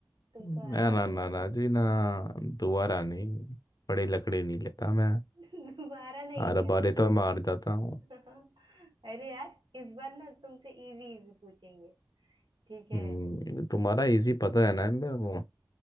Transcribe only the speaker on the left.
मैं
ना ना ना जी ना दोबारा नहीं बड़ी लकड़ी नहीं लेता मैं
हर
बारे तो मैं हार जाता हूँ
हम्म, तुम्हारा इजी पता है ना मैं वो